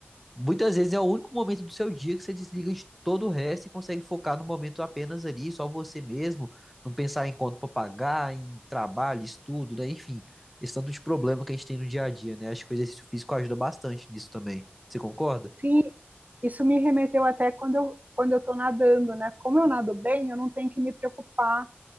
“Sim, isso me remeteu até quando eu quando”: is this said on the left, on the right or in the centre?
Right